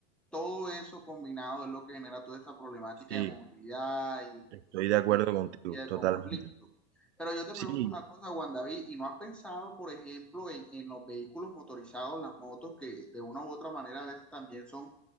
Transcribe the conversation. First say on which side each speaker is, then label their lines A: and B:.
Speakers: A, in the centre; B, on the right (about 80°).
A: todo eso combinado es lo que genera toda esta problemática
B: Sí.
A: de movilidad y de,
B: Estoy de acuerdo
A: y, de,
B: contigo,
A: y de
B: totalmente.
A: conflicto. Pero yo te
B: Sí,
A: pregunto una cosa, Juan David, ¿y no has pensado, por ejemplo, en, en los vehículos motorizados, las motos, que de una u otra manera a veces también son